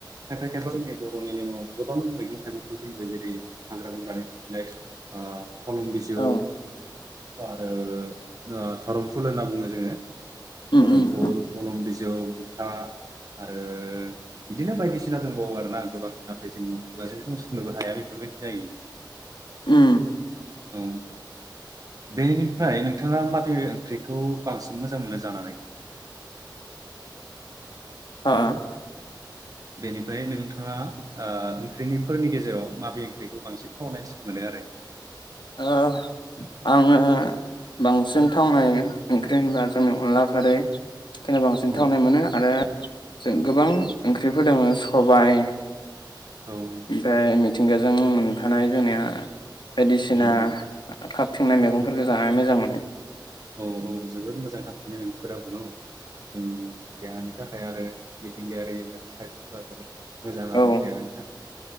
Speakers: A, on the right; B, on the left.
A: खायफा खायफा जोंनि बर'नि नेमाव गोबां मैगं थाइगंफोर दङो जेरै हाग्रा बंग्रानि खाथिंनाय ओ खलम बिजौ
B: औ
A: आरो ओ धरमफुल होनना बुङो जोङो
B: उम
A: धरम
B: उम
A: फुल कलम बिज जौ बुथा आरो बिदिनो बायदिसिना दं। औ आरोना गोबां नाथाय जों खुगाजों बुंजोबनोबो हाया बेफोरबायदि जायो।
B: उम।
A: औ बेनिफ्राय नों नोंथाङा माबे ओंख्रिखौ बांसिन मोजां मोनो जानानै
B: हा
A: बेनिफ्राय नोंथाङा ओ ओंख्रिनिफोरनि गेजेराव माबे ओंख्रिखौ बांसिन थावनायसिन मोनो आरो
B: ओ आङो बांसिन थावनाय ओंख्रि होनबा जोंनि अनला खारै खौनो रासिन
A: औ
B: थावनाय मोनो आरो जों
A: औ
B: गोबां
A: औ
B: ओंख्रिफोरस दङ सबाय
A: औ उम
B: ओमफाय मिथ मिथिंगाजों मोनफानाय जोंनिया बायदिसिना
A: उम
B: खाबथिंनाय मैगंफोरखौ
A: उम
B: जानानै मोजां मोनो
A: औ औ जोबोद मोजां खाथिंनाय बेफोराबो न' जोंनि देहानि थाखाय आरो मिथिंगायारिनि मैगं थाइगंफोरा जोंनि मोजां
B: औ
A: आरो देहानि थाखाय